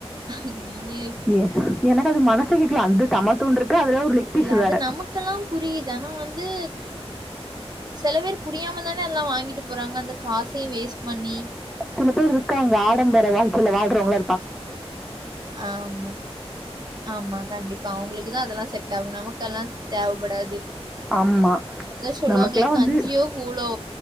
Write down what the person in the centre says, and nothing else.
ஏ என்னடா அது மனஸ் சே கேக்கல அந்த தமா தூண்டு இருக்கு அதுல ஒரு லெக் பீஸ்
வேற
சில பேர் இருக்காங்க ஆடம்பர வாழ்க்கையில வாழ்றவங்க
ஆமா
நமக்ல்லா வந்து